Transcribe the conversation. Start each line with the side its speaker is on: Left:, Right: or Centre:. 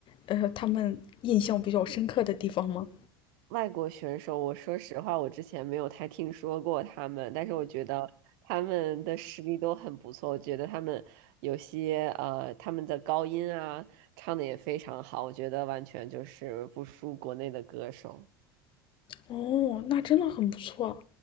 Left: 呃，他们印象比较深刻的地方吗？
Right: 外国选手，我说实话，我之前没有太听说过他们，但是我觉得他们的实力都很不错。我觉得他们有些呃，他们的高音啊，唱的也非常好，我觉得完全就是不输国内的歌手。
Left: 哦，那真的很不错。